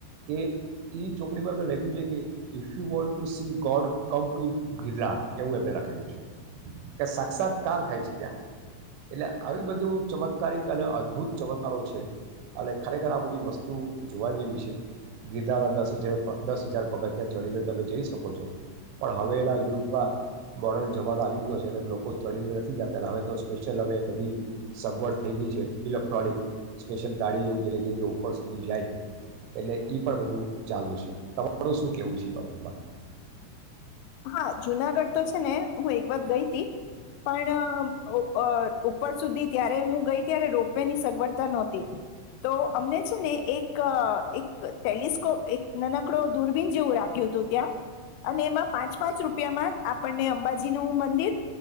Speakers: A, on the right; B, on the left.
A: કે ઈ ચોપડીમાં એમણે લખ્યું છે કે if you want to see God come to Girnar એવું એમને લખેલું છે. કે સાક્ષાત્કાર થાય છે ત્યાં. એટલે આવી બધું ચમત્કારિક અને અદભુત ચમત્કારો છે અને ખરેખર આ બધી વસ્તુ જોવા જેવી છે. <unintelligible> દસ હજાર પગથિયાં ચડીને તમે જઈ શકો છો, પણ હવેના યુગમાં મોર્ડન જમાનો આવી ગયો છે એટલે લોકો ચડીને નથી જતા, એટલે હવે તો સ્પેશિયલ હવે બધી સગવડ થઈ ગઈ છે. ઇલેક્ટ્રોનિક સ્પેશિયલ ગાડી જેવું જે એટલે કે જે ઉપર સુધી જાય એટલે ઈ પણ બધું ચાલુ છે. તમારું શું કેવું છે એ બાબતમાં?
B: હા જુનાગઢ તો છે ને હું એક વાર ગઈ તી પણ ઉપર સુધી ત્યારે હું ગઈ ત્યારે રોપવે ની સગવડતા નહોતી, તો અમને છે ને એક ટેલિસ્કોપ એકન આપકડું દૂરબીન જેવું રાખ્યું હતું ત્યાં, અને એમાં પાંચ પાંચ રૂપિયામાં આપણને અંબાજી નું મંદિર,